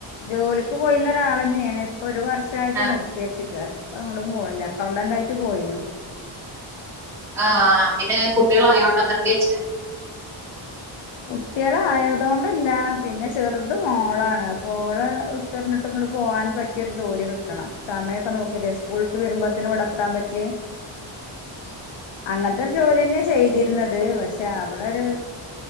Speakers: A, on the left; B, in the centre.
A: ജോലിക്ക് പോയിരുന്നാരാൾ തന്നെയാണ് ഇപ്പൊ ഒരു വർഷയിട്ട്
B: ആ
A: നിർത്തി വെച്ചക്കുവാ അപ്പൊ അങ്ങോടും പോണില്ല അക്കൗണ്ടന്റ് ആയിട്ട് പോയിന്ന്
B: ആ പിന്നെ കുട്ടികൾ ആയോണ്ടാ നിർത്തിവെച്ചേ
A: കുട്ടികൾ ആയതുകൊണ്ടല്ല പിന്നെ ചെറുത് മോളാണ്പ്പോളെ ഓളെ വിട്ടെറിഞ്ഞിട്ട് പോകൻ പറ്റിയൊരു ജോലി കിട്ടണം സമയമൊക്കെ നോക്കല്ലേ സ്കൂൾട്ട് വരുമ്പോത്തന് ഇവിടെ എത്താൻ പറ്റിയെ
B: ഉം
A: അങ്ങനത്തെ ഒരു ജോലി തന്നെയാ ചെയ്തിരുന്നത് പക്ഷെ അവിടെരു